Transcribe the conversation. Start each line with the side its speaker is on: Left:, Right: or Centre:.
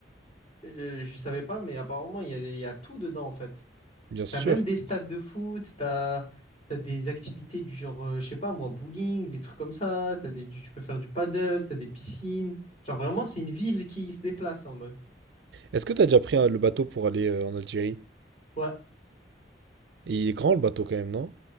Left: euh, Je, savais pas, mais apparemment, il y a, il y a tout dedans, en fait.
Right: bien sûr.
Left: T'as même des stades de foot, t'as t'as des activités du genre, euh, je sais pas moi, bowling, des trucs comme ça, t'as des, tu tu peux faire du paddle, t'as des piscines. Genre vraiment, c'est une ville qui se déplace en mode.
Right: Est-ce que t'as déjà pris euh, le bateau pour aller euh, en Algérie?
Left: Ouais,
Right: Et il est grand le bateau quand même, non?